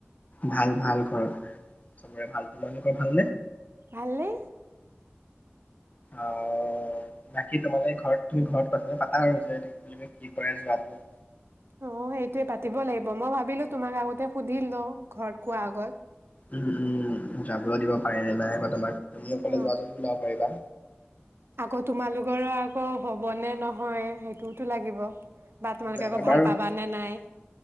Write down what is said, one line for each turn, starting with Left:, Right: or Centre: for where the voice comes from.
Left: ভাল ভাল ঘৰত সবৰে ভাল, তোমালোকৰ ভালনে?
Right: ভাল নে।
Left: আহ! বাকী তোমালৈ ঘৰত তুমি ঘৰত কথাটো পাতা আৰু যে কি কৰে যোৱাটো
Right: অ সেইটোয়ে পাতিব লাগিব মই ভাবিলোঁ তোমাক আগতে সুধি লওঁ, ঘৰত কোৱা আগত
Left: উম, যাবলৈ দিব পাৰে নে নাই বা তোমাক। তুমি অকলে
Right: অ
Left: যোৱা যদি ওলাব পাৰিবা।
Right: আকৌ তোমালোকৰো আকৌ হ'ব, নে নহয় সেইটোওতো লাগিব। বা তোমালোকে
Left: আমাৰ
Right: আকৌ ভাল
Left: বাৰু
Right: পাবা নে নাই